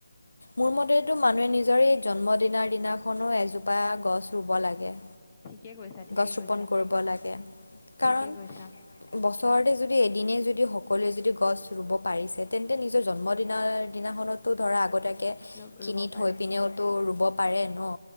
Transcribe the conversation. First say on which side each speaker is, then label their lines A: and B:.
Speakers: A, on the left; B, on the left.
A: মোৰ মতেটো মানুহে নিজৰ এই জন্মদিনৰ দিনাখনো এজোপা গছ ৰুব লাগে।
B: ঠিকে কৈছা। ঠিকে
A: গছ ৰোপন
B: কৈছা
A: কৰিব লাগে।
B: ঠিকে
A: কাৰণ
B: কৈছা
A: বছৰতে যদি এদিনেই যদি সকলোৱে যদি গছ ৰুব পাৰিছে। তেন্তে নিজৰ জন্মদিনৰ দিনাখনত তো ধৰা আগতীয়াকে
B: ল-
A: কিনি
B: ৰুব পাৰে
A: থৈ পিনেওতো ৰুব পাৰে ন।